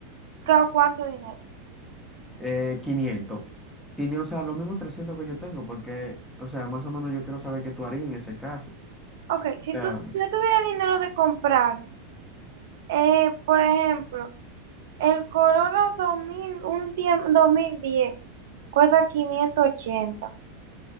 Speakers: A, on the right; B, in the centre.
A: ca- cuánto dinero.
B: Eh, 500. 500, o sea, los mismos 300 que yo tengo, porque, o sea, más o menos yo quiero saber qué tú harías en ese caso. O
A: Ok, si
B: sea,
A: tú, si yo tuviera el dinero de comprar, eh, por ejemplo, el Corolla dos mil un die 2010 cuesta 580